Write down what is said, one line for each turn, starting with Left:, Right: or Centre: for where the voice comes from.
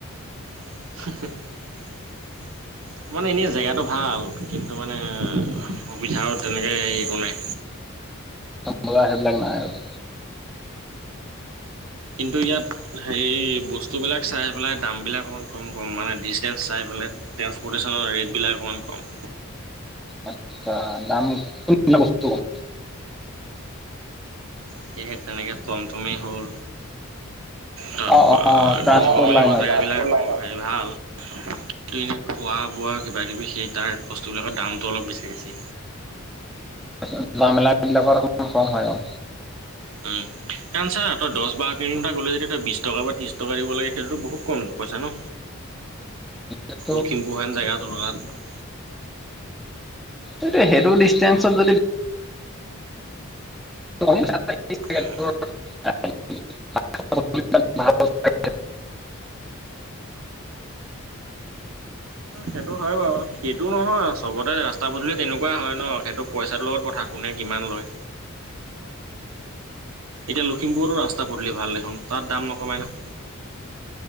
Right: <unintelligible> মানে এনেই জেগাতটো ভাল কিন্তু মানে সুবিধাও তেনেকে হে একো নাই।
Centre: বজাৰ সেইবিলাক নাই আৰু।
Right: কিন্তু ইয়াত হেৰি বস্তুবিলাক চাই পেলাই দামবিলাক অকণমান কম কম মানে ডিচষ্টেঞ্চ চাই পেলাই। ট্ৰেন্সপোৰ্টেচনৰ ৰেটবিলাক অকমান কম
Centre: আচ্ছা দাম কোনবিলাক বস্তু কম
Right: এতিয়া সেই তেনেকে টমটমেই হ'ল তা
Centre: অ
Right: পা
Centre: অ ট্ৰান্সপৰ্ট
Right: ঘুৰিব লাগিব
Centre: লাইনত
Right: জেগা বিলাক হেৰি ভাল। কিন্তু এনে খোৱা বোৱা কিবা কিবি সেই তাৰ বস্তুবিলাকৰ দামটো অলপ বেছি বেছি।
Centre: যোৱা মেলা বিলাকত অকমান কম হয় আও।
Right: উম কাৰণ চা তই দছ বাৰ কিলোমিটাৰ গ'লে যদি তই বিছ টকা বা ত্ৰিশ টকা দিব লাগে সেইটোতো বহুত কম পইচা ন
Centre: সেইটো
Right: লখিমপুৰ হেন জেগাৰ তুলনাত
Centre: এ সেইটো ডিচষ্টেনচত যদি <unintelligible>
Right: উম, উম সেইটো হয় বাৰু সেইটো নহয় চবতে ৰাস্ স্তা পদুলি তেনেকুৱা হয় ন সেইটো পইচাটোৰ লগত কথা কোনে কিমান লয় এতিয়া লখিমপুৰটো ৰাস্তা পদূলি ভাল দেখোন তাত দাম নকমাই ন